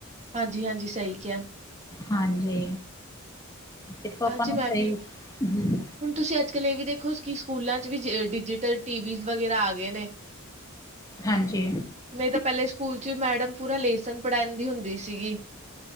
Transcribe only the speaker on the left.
ਹਾਂਜੀ ਦੇਖੋ ਆਪਾਂ
ਨੂੰ
ਸਹੀ
ਹਮ
ਹਾਂਜੀ